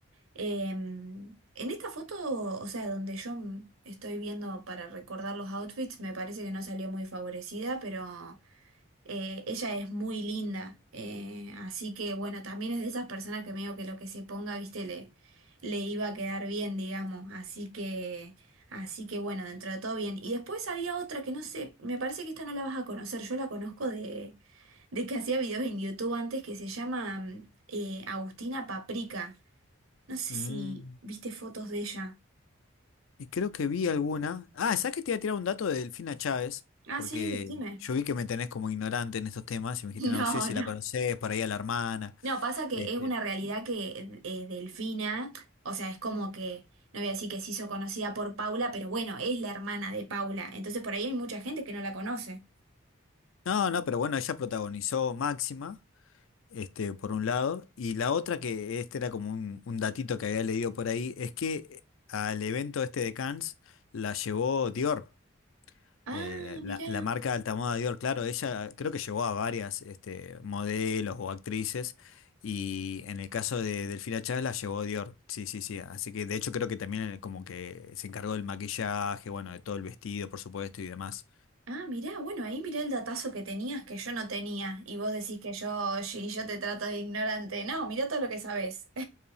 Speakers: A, on the right; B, on the left.
A: Eh, en esta foto, o sea, donde yo estoy viendo para recordar los outfits, me parece que no salió muy favorecida, pero... Eh, ella es muy linda, eh, así que bueno, también es de esas personas que medio que lo que se ponga, viste, le, le iba a quedar bien, digamos. Así que, así que bueno, dentro de todo bien. Y después había otra que no sé, me parece que esta no la vas a conocer, yo la conozco de, de que hacía videos en YouTube antes que se llama mm, eh, Agustina Paprika. No sé
B: Mm.
A: si viste fotos de ella.
B: Y creo que vi alguna. Ah, ¿sabes que te iba a tirar un dato de Delfina Chávez?
A: Ah,
B: Porque
A: sí, decime.
B: yo vi que me tenés como ignorante en estos temas y me dijiste,
A: <laughs>
B: no
A: No,
B: sé si
A: no.
B: la conocés, por ahí a la hermana.
A: No, pasa que
B: Este,
A: es una realidad que eh, Delfina, o sea, es como que, no voy a decir que se hizo conocida por Paula, pero bueno, es la hermana de Paula, entonces por ahí hay mucha gente que no la conoce.
B: no, no, pero bueno, ella protagonizó Máxima, este, por un lado, y la otra, que este era como un, un datito que había leído por ahí, es que eh, al evento este de Cannes la llevó Dior.
A: Ah,
B: Eh,
A: mirá,
B: la, la marca Altamoda Dior, claro, ella creo que llevó a varias este, modelos o actrices y en el caso de Delfina Chávez la llevó Dior, sí, sí, sí, así que de hecho creo que también eh, como que se encargó del maquillaje, bueno, de todo el vestido, por supuesto, y demás.
A: ah, mirá, bueno, ahí mirá el datazo que tenías que yo no tenía, y vos decís que yo, y yo te trato de ignorante. No, mirá todo lo que sabés.